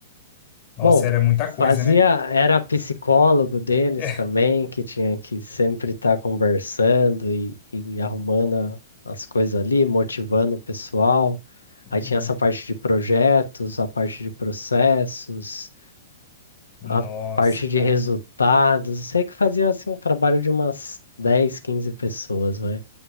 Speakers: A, on the left (about 35°); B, on the left (about 75°).
A: Nossa,
B: Bom,
A: era muita
B: fazia,
A: coisa, né?
B: era psicólogo deles
A: <laughs>
B: também, que tinha que sempre estar conversando e, e arrumando a- as coisas ali, motivando o pessoal. Aí
A: Uhum.
B: tinha essa parte de projetos, a parte de processos,
A: Nossa,
B: a parte de
A: cara.
B: resultados. Eu Sei que fazia assim um trabalho de umas 10, 15 pessoas, vai.